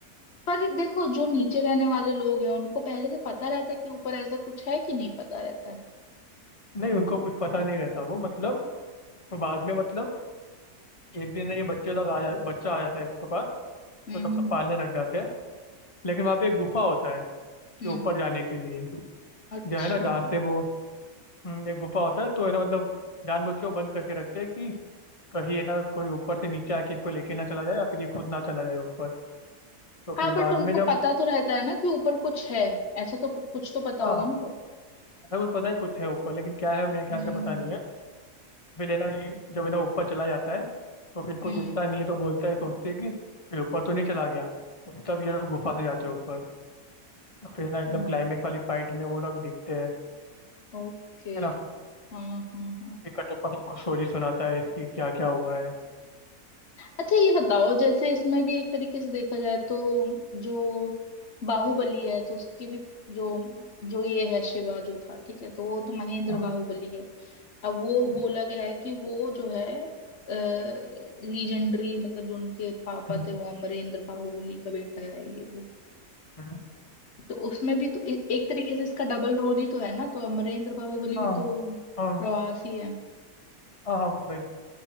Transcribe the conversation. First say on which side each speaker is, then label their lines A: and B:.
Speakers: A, on the left; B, on the left.
A: पर देखो जो नीचे रहने वाले लोग हैं उनको पहले से पता रहता है कि ऊपर ऐसा कुछ है कि नहीं पता रहता है
B: नहीं उनको कुछ पता नहीं रहता वो मतलब वो बाद में मतलब एक दिन ये बच्चे लोग आ जा बच्चा आ जाता है इसके पास
A: हम्म
B: तो तब
A: हम्म
B: तक पालने लग जाते हैं लेकिन वहाँ पे एक गुफा होता है कि
A: हम्म
B: ऊपर जाने के लिए
A: अच्छा
B: जो है ना जहाँ से वो हम्म, एक गुफा होता है तो है ना मतलब जानबूझ के वो बंद करके रखते हैं कि कहीं है ना कोई ऊपर से नीचे आके इसको लेके ना चला जाए या फिर ये खुद ना चला जाए ऊपर तो फिर
A: हाँ बट
B: बाद
A: उनको
B: में जब
A: पता तो रहता है ना कि ऊपर कुछ है ऐसा तो प- कुछ तो पता
B: हाँ
A: होगा उनको
B: है वो पता है कुछ है ऊपर लेकिन क्या है मेरे ख्याल
A: हम्म
B: से पता नहीं है फिर है ना ये जब है ना ऊपर चला जाता है तो फिर को
A: हम्म
B: दिखता नहीं है तो बोलता है सोचते हैं कि फिर ऊपर तो नहीं चला गया तो तब ये लोग गुफा से जाते हैं ऊपर तो फिर ना एकदम
A: हम्म
B: क्लाइमेक्स वाली फाइट में वो लोग दिखते हैं
A: ओके
B: है ना
A: हाँ हाँ हाँ
B: फिर कटप्पा सबको स्टोरी सुनाता है इसकी क्या क्या हुआ है
A: अच्छा ये बताओ जैसे इसमें भी एक तरीके से देखा जाए तो जो बाहुबली है तो उसकी भी जो जो ये है शिवा जो था ठीक है तो वो तो महेंद्र
B: हाँ
A: बाहुबली है अब वो
B: हाँ
A: बोला गया है कि वो जो है लीजेंडरी मतलब जो उनके पापा
B: हम्म,
A: थे वो अमरेंद्र बाहुबली का बेटा है ये वो
B: हम्म,
A: तो उसमें भी तो ए, एक तरीके से इसका डबल रोल ही तो है ना तो अमरेंद्र बाहुबली
B: हाँ
A: भी तो
B: हाँ
A: प्रवासी है
B: हाँ हाँ भाई भाई